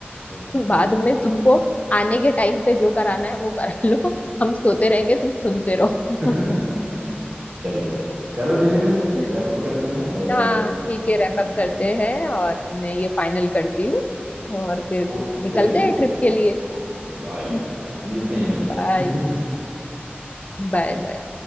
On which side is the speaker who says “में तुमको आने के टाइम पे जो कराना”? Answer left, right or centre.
Left